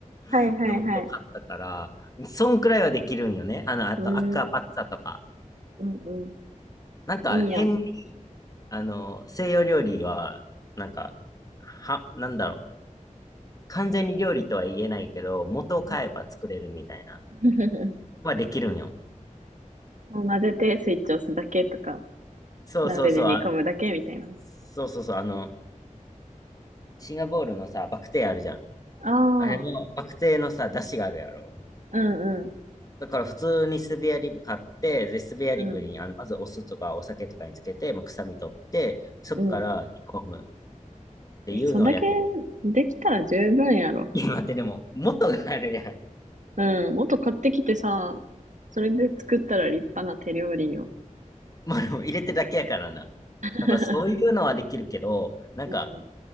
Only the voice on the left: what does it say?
<laughs> の素買ったから、そんくらいはできるんよね。あの、あとアクアパッツァとか。
なんか変
あの、西洋料理は、なんか、は、なんだろう。完全に料理とは言えないけど、元を買えば作れるみたいな。
はできるんよ。
そうそうそう。
あ、そうそうそう。あの、シンガポールのさ、バクテーあるじゃん。
あれも、バクテーのさ、出汁があるやろ。
だから普通にスペアリブ買って、で、スペアリブに、
あの、まずお酢とかお酒とかにつけて、まあ、臭み取って、そっから煮込むっ
ていうのをやってる。
今ってでも、元があるやん。
まあ、でも入れてるだけやからな。
なんかそういうのはできるけど、なんか